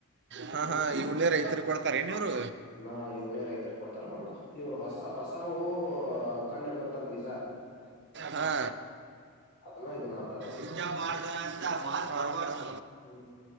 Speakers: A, on the right (about 50°); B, on the left (about 45°).
A: ಹಾ ಹಾ ಈ ಹಳ್ಳೇ ರೈತರು ಕೊಡ್ತಾರೆ ಮೂರು
B: ಇನ್ನ ಇವನೇ ರೈತರಿಗ್ ಕೊಡ್ತಾರ ಮುಂದ ಇವ್ರು ಹೊಸ ಹೊಸವು ಕಂಡ್ ಹಿಡ್ದಿರ್ತಾರ ಬೀಜ
A: ಹಾ
B: ಅದನ್ನ ಇದು ಮಾಡ್ತಾರ ಅವ್ರು
A: ಇಜ ಮಾಡತ ಅಂತ ಮಾ ಪರಬಡ್ತ
B: ಹ್ಮ್